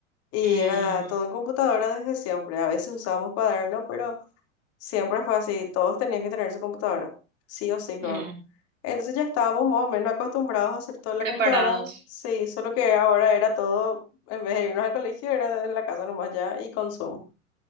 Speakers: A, on the left; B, on the right.
A: Y
B: Mm,
A: era todo en computadora desde siempre. A veces usábamos cuaderno, pero siempre fue así. Todos tenían que tener su computadora, sí o sí luego.
B: mm,
A: Entonces ya estábamos más o menos acostumbrados a hacer todo en
B: Preparados.
A: la computadora. Sí, solo que ahora era todo, en vez de irnos al colegio, era en la casa nomás ya y con Zoom.